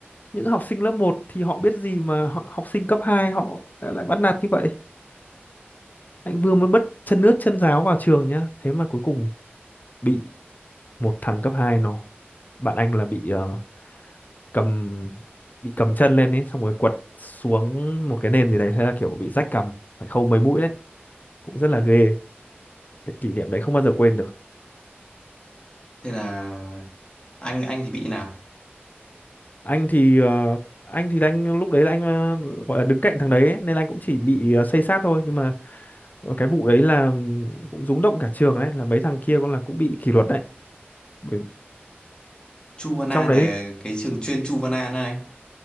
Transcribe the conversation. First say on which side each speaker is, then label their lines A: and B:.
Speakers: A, on the left; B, on the left.
A: những học sinh lớp một thì họ biết gì mà họ, học sinh cấp 2 họ lại bắt nạt như vậy anh vừa mới bất chân ướt chân ráo vào trường nhá thế mà cuối cùng bị một thằng cấp 2 nó bạn anh là bị ờ, cầm bị cầm chân lên ấy xong rồi quật xuống một cái nền gì đấy thế là kiểu bị rách cầm phải khâu mấy mũi đấy cũng rất là ghê cái kỷ niệm đấy không bao giờ quên được
B: Thế là anh anh thì bị nào?
A: anh thì ờ, anh thì anh lúc đấy là anh ờ, gọi là đứng cạnh thằng đấy ấy, nên anh cũng chỉ bị ờ, xây xát thôi nhưng mà cái vụ đấy là cũng rúng động cả trường đấy là mấy thằng kia cũng là cũng bị kỷ luật đấy Bởi-
B: Chu Văn An
A: trong đấy
B: là
A: thì
B: cái trường chuyên Chu Văn An này.